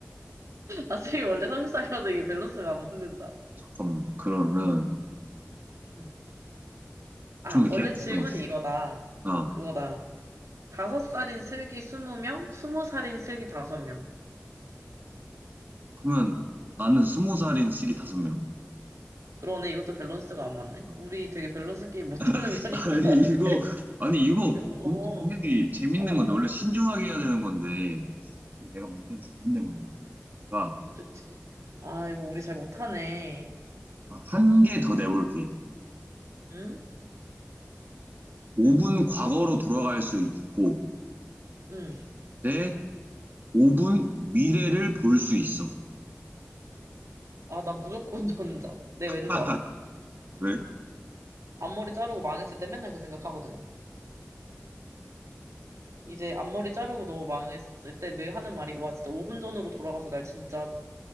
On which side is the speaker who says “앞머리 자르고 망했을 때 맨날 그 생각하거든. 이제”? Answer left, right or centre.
Right